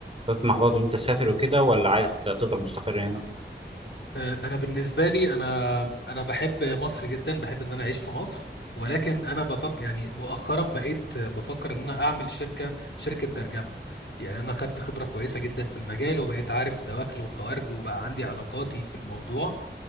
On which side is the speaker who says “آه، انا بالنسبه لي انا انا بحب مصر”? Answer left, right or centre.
Left